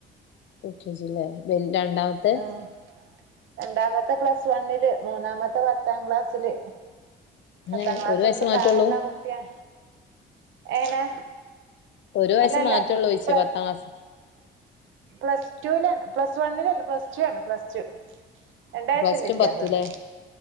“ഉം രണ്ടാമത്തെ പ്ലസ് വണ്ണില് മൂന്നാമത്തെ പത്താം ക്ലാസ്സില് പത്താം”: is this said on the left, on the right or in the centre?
Right